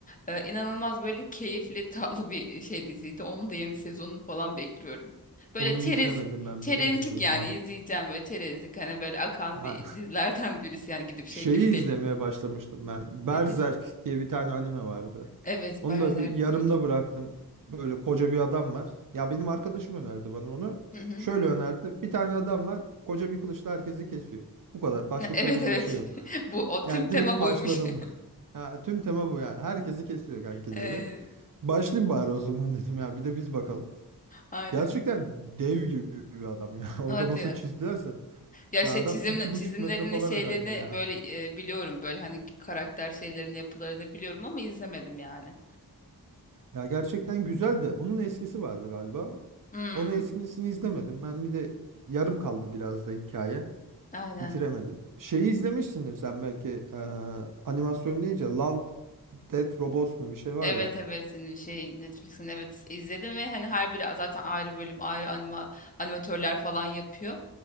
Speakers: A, on the left; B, on the right.
A: Ee, inanılmaz böyle keyifli tatlı bir şey diziydi. Onun da yeni sezonunu falan bekliyorum. Böyle
B: onu
A: çerez
B: izlemedim ben
A: çerezlik
B: biliyor musun
A: yani
B: ya?
A: izleyeceğim böyle çerezlik hani böyle akan
B: Ha,
A: bir dizilerden <laughs> birisi yani gidip
B: Şeyi
A: şey gibi değil.
B: izlemeye başlamıştım ben. Berserk
A: Nedir?
B: diye bir tane anime vardı.
A: Evet
B: Onu
A: Berserk
B: da bir yarımda
A: duydum.
B: bıraktım. Böyle koca bir adam var. Ya benim arkadaşım önerdi bana onu.
A: Hı hı.
B: Şöyle önerdi. Bir tane adam var. Koca bir kılıçla herkesi kesiyor. Bu kadar. Başka
A: Ne- Evet
B: söylediği
A: evet.
B: bir şey yok.
A: <laughs> Bu o tüm
B: Yani
A: tema
B: direkt başladım.
A: buymuş. <laughs>
B: Ha, tüm tema bu yani. Herkesi kesiyor kanki
A: Evet,
B: dedi. Başlayayım bari o zaman <laughs> dedim ya. Bir de biz bakalım.
A: aynen.
B: Gerçekten dev gibi bir adam ya. <laughs> Orada
A: Hadi
B: nasıl
A: ya.
B: çizdilerse.
A: Ya
B: Ya
A: şey
B: adam
A: çizim
B: iki
A: çizimlerini
B: buçuk metre falan
A: şeylerini
B: herhalde ya.
A: böyle e, biliyorum böyle hani karakter şeylerin yapılarını biliyorum ama izlemedim yani.
B: Ya gerçekten güzel de onun eskisi vardı galiba.
A: Hmm,
B: Onun eskisini izlemedim. Ben bir de yarım kaldı biraz da hikaye.
A: aynen.
B: Bitiremedim. Şeyi izlemişsindir sen belki eee, animasyon deyince Love, Death, Robots mu bir şey var
A: Evet
B: ya.
A: evet Senin şey Netflix'in evet izledim ve hani her biri zaten ayrı bölüm ayrı anima, animatörler falan yapıyor.